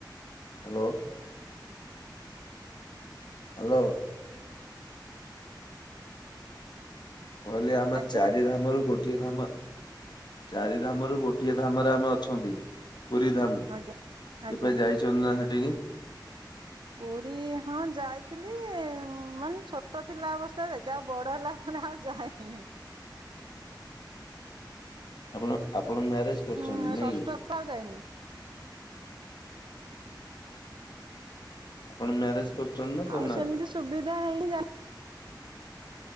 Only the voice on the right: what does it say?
ଆଜ୍ଞା
ଆଜ୍ଞା ଆଜ୍ଞା
ପୁରୀ ହଁ ଯାଇଥିଲି ମାନେ ଛୋଟ ଥିଲା ଅବସ୍ଥାରେ ଯାହା ବଡ ହେଲା ଆଉ ଯାଇନି।
ହୁଁ
ଷଷ୍ଠ
ତ ଆଉ ଯାଇନି
ଆଉ ସେମିତି ସୁବିଧା ହେଇନି ଯା